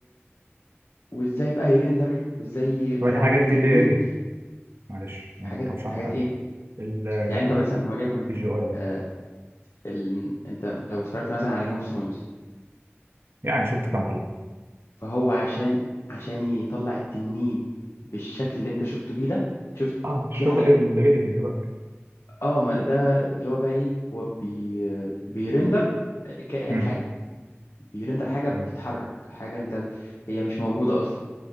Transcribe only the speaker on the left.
وازاي بقى يرندر وازاي يطلع
لك
تنين
حاجات
حاجات
ايه
يعني انت مثلا وليكن
آه ال... انت لو اتفرجت مثلا على جيم اوف ثرونز
فهو عشان عشان يطلع التنين بالشكل اللي انت شفته بيه ده شفت
في حلقات
اه ما ده اللي هو بقى ايه هو بي... بيرندر كائن
حي بيرندر حاجة
بتتحرك حاجة انت هي مش موجودة اصلا